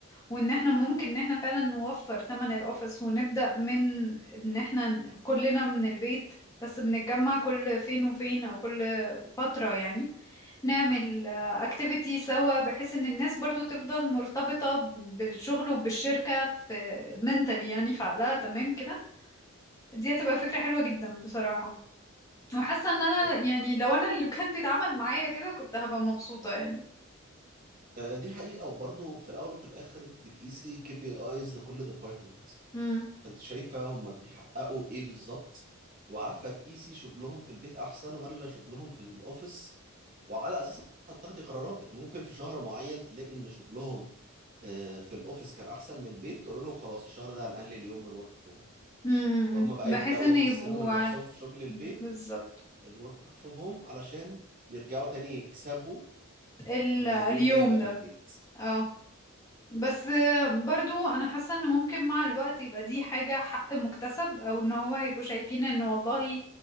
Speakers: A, on the left (about 15°); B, on the right (about 40°).
A: وإن احنا ممكن إن احنا فعلا نوفر تمن الأوفيس ونبدأ من إن احنا ن- كلنا من البيت بس بنتجمع كل فين وفين أو كل فترة يعني نعمل آه، activity سوا بحيث إن الناس برضو تفضل مرتبطة بالشغل وبالشركة في mentally يعني في عقلها تمام كده دي هتبقى فكرة حلوة جدا بصراحة وحاسة ان انا
B: أ-
A: يعني لو انا اللي كان بيتعامل معايا كده كنت هبقى مبسوطة يعني
B: أ- دي حقيقه وبرضه في الاول وفي الاخر انت بتقيسي كي بي ايز لكل ديبارتمنت
A: امم
B: فانت شايفه هما بيحققوا ايه بالظبط وعارفه تقيسي شغلهم في البيت احسن ولا شغلهم في الاوفيس وعلى اساسها بتاخدي قراراتك ممكن في شهر معين تلاقي ان شغلهم آه، في الاوفيس كان احسن من البيت تقول لهم خلاص الشهر ده هنقلل يوم من الورك فروم هوم
A: امم
B: فهم بقى
A: بحيث
B: يبداوا
A: ان
B: يحسنوا
A: يبقوا
B: من
A: عارف
B: نفسهم في شغل البيت
A: مم، بالظبط
B: الورك فروم هوم علشان يرجعوا تاني يكسبوا
A: ال...
B: ان
A: اليوم
B: اليوم ده يبقى
A: ده
B: من البيت
A: اه بس برضو انا حاسه ان ممكن مع الوقت يبقى دي حاجه حق مكتسب او ان هو هيبقوا شايفين ان والله